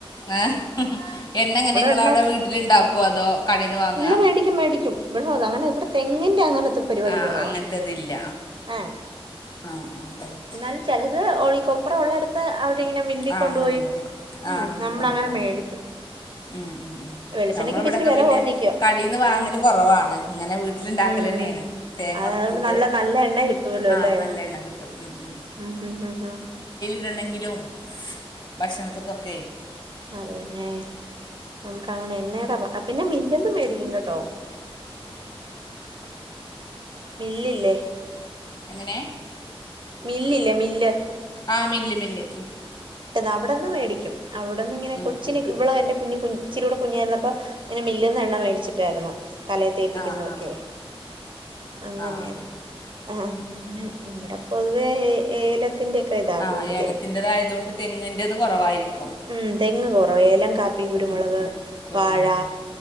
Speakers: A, on the left; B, on the right.
A: ആ എണ്ണ എങ്ങനെ ഇങ്ങളവിടെ
B: ഉണ്ടാ
A: വീട്ടില് ഇണ്ടാക്കോ അതോ കടയിൽന്ന് വാങ്ങ
B: ഇല്ല മേടിക്കും മേടിക്കും ഇവിടെ <unintelligible> അങ്ങനെ ഇടെ തെങ്ങിന്റെ അങ്ങനത്തെ പരിപാടി
A: ആഹ്
B: കുറവാ
A: അങ്ങനത്തെതില്ല
B: ആഹ്
A: ആഹ് ആഹ് ആഹ്
B: എന്നാലും ച അത് ഓ ക്കൊപ്പ്രം ഉള്ള അടുത്ത് അ എങ്ങനെ മില്ലിക്
A: ആഹ്
B: കൊണ്ടുപോയി
A: അങ്ങനെ ഉണ്ടാക്കും ആഹ്
B: ഉം
A: മില്ലിൽ
B: നമ്മളങ്ങനെ
A: കൊണ്ടോയ്ക്കാണ്ട്
B: മേടിക്കും.
A: ഉം ഉം ഉ
B: വെളിച്ചെണ്ണക്ക്
A: നമ്മള
B: ഇപ്പ
A: ഇവിടെൊക്കെ
B: ഇച്ചിരി വെല
A: പിന്നെ
B: കൊറഞ്ഞിക്കുവാ
A: കടീന്ന് വാങ്ങല്
B: ഉം
A: കുറവാണ് ഇങ്ങനെ വീട്ട് ൽണ്ടാക്കല്
B: ഉം
A: <unintelligible>
B: അത്
A: ഉണക്കിട്ട്
B: അതുകൊണ്ട് നല്ല നല്ല എണ്ണ കിട്ടുവല്ലോ
A: ആ
B: അല്ലേ
A: നല്ല എണ്ണ കിട്ടും ഉം ഉം
B: ഉം ഹം ഹം ഹ
A: <unintelligible> ങ്കിലും ഭക്ഷണത്ത് ക്കൊക്കെ
B: അതന്നെ നമുക്ക് അങ്ങനെ എണ്ണേടെ <inaudible> പിന്നെ പിന്നെന്തും മേടിക്കും കേട്ടോ മില്ലില്ലേ
A: എങ്ങനെ
B: മില്ലില്ലെ മില്ല്
A: ആഹ് മില്ല് മില്ല്
B: അവടെന്ന് മേടിക്കും അവടന്ന് ഇങ്ങനെ
A: ഉം
B: കൊച്ചിന്
A: ഉം
B: ഇവളോ
A: ഉം
B: എന്റെ കുഞ്ഞി കു ഇച്ചിരി കൂടെ കുഞ്ഞായിരിന്നപ്പോ ഇങ്ങനെ മില്ല്ന്ന് എണ്ണ മേടിച്ചിട്ടായിരുന്നു തല തേപ്പിക്കുന്നതൊക്കെ
A: ആഹ് ആഹ് ആഹ്
B: അങ്ങനെയായിരുന്നു
A: ആഹ് അതന്നെ
B: ആ അങ്ങനെ ഇവി പൊതുവേ ഏ ഏലത്തിന്റെക്കെ ഇതാ
A: ആ
B: കൂടുതലും
A: ഏലത്തിന്റേതായതുകൊണ്ട് തെങ്ങിന്റേത് കുറവായിരിക്കും
B: ഉം തെങ്ങ് കുറവ ഏലം കാപ്പി കുരുമുളക്
A: ഉം ഉം കുരുമുളക്
B: വാഴ